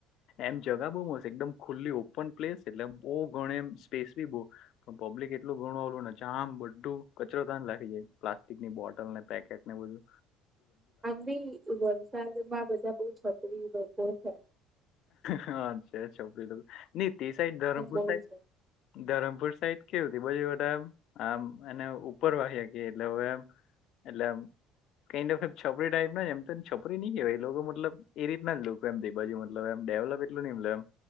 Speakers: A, on the left; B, on the right.
A: એમ જગા બઉ મસ્ત એકદમ ખુલ્લી ઓપન પ્લેસ એટલે બહ ગણી એમ સ્પેસ બી બ પણ પબ્લિક એટલું ગણવાલું ને જામ બધું કચરો તાન લખી જાય પ્લાસ્ટિકની બોટલને પેકેટ ના બધુ.
B: આમ ભી વલસાડમાં બધા બઉ છતરી વ છેાય.
A: હા છે છીલ ન તે સાઈડ ધરમપુર
B: બહુ
A: સાઈ
B: છે
A: ધરમપુર સાઈડ કેવું ત બજુધમ આમ એ ઉપર વાહ્યા ગ એટલે હવે એમ એટલે. કાન્ડ ઓફ છપરી ટાઈપ ના એમ છપરી નહી કેહેવાય લોકો મતલબ એ રીતના જ લોકો એમ બાજુ એ એમ ડવલપ એટલ નહી એમ એમ.